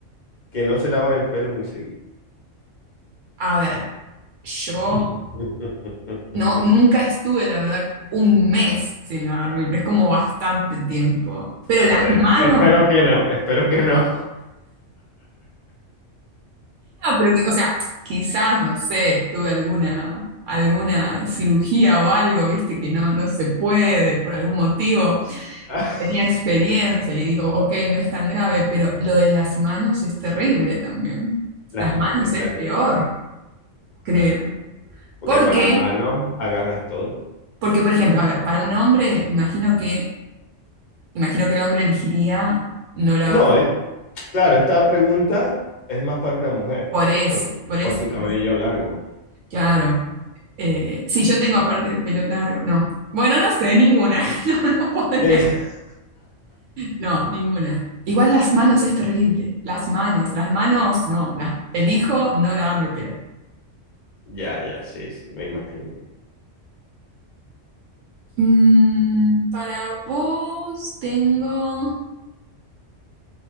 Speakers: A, on the left (about 40°); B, on the right (about 75°).
A: que no se lavan el pelo muy seguido.
B: a ver, yo
A: <laughs>
B: no, nunca estuve, la verdad, un mes sin lavarme, pero es como bastante tiempo. Pero las
A: Joder,
B: manos,
A: espero que no, espero que no.
B: ah, pero que- o sea, quizás, no sé, tuve alguna, alguna cirugía o algo, viste, que no, no se puede por algún motivo.
A: <laughs>
B: tenía experiencia y digo, ok, no es tan grave, pero lo de las manos es terrible también.
A: Las
B: Las
A: manos
B: manos
A: es
B: es
A: terrible,
B: peor,
A: las
B: creo.
A: manos porque
B: ¿Por
A: con
B: qué?
A: la mano agarras todo.
B: Porque, por ejemplo, a ver, para un hombre, imagino que, imagino que el hombre elegiría no lavarse.
A: No, eh, claro, esta pregunta es más para una mujer,
B: Por eso,
A: por, su
B: por eso,
A: por su cabello
B: por eso.
A: largo.
B: Claro. Eh, si yo tengo aparte el pelo largo, no. Bueno, no sé, ninguna. <laughs> No, no podría.
A: Sí. <laughs>
B: No, ninguna. Igual las manos es terrible. Las manos, las manos, no. Las, elijo no lavarme el pelo.
A: Ya, ya, sí, sí, me imaginé.
B: Mm, para vos tengo